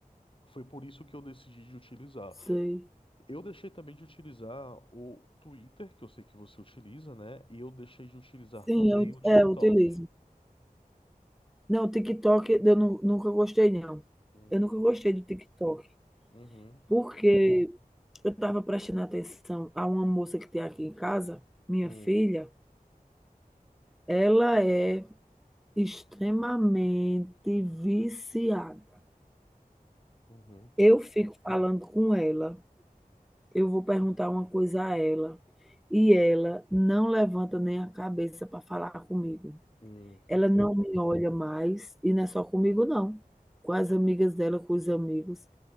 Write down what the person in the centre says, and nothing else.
sei.
Sim,
eu
é, eu utilizo. Não, TikTok eu nu nunca gostei não.
Eu nunca gostei do TikTok,
porque eu estava prestando atenção a uma moça que tem aqui em casa, minha
filha, ela é Extremamente viciada.
Eu fico falando com ela, eu vou perguntar uma coisa a ela, e ela não levanta nem a cabeça para falar comigo.
Ela
não me olha mais, e não é só comigo não, com as amigas dela, com os amigos,